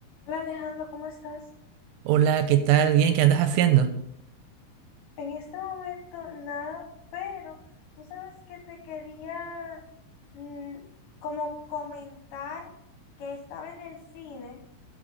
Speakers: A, on the left; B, on the right.
A: Hola Alejandro, ¿cómo estás?
B: Hola, ¿qué tal? Bien, ¿qué andas haciendo?
A: En este momento nada, pero tú sabes que te quería mm, como comentar que estaba en el cine